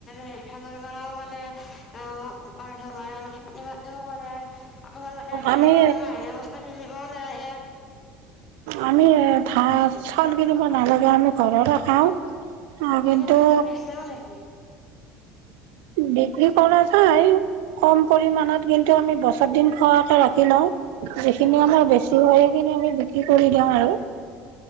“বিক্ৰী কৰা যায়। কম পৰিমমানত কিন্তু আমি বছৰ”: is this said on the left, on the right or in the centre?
Right